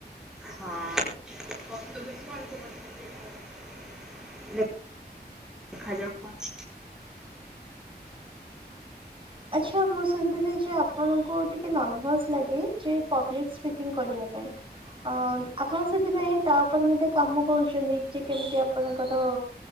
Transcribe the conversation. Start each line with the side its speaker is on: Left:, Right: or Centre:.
Centre: ହଁ। ଦେଖାଯାଉ କଣ ହୋଉଚି।
Right: ଆଚ୍ଛା ମୁଁ ଶୁଣିଥିଲି ଯେ ଆପଣଙ୍କୁ ଟିକେ ନର୍ଭସ ଲାଗେ ଯେ ପବ୍ଲିକ ସ୍ପିକିଂ କରିବା ପାଇଁ। ଅ ଆପଣ ସେଥିପାଇଁ ତା ଉପରେ ମଧ୍ୟ କାମ କରୁଛନ୍ତି ଯେ କେମିତି ଆପଣଙ୍କର